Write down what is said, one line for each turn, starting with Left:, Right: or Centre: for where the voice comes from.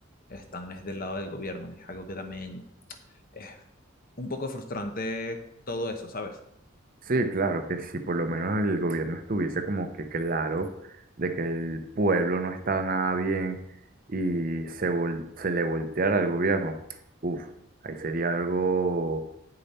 Left: están es del lado del gobierno. Es algo que también es un poco frustrante todo eso, ¿sabes?
Right: Sí, claro que si por lo menos el gobierno estuviese como que claro de que el pueblo no está nada bien y se, vol- se le volteara al gobierno, uff, ahí sería algo,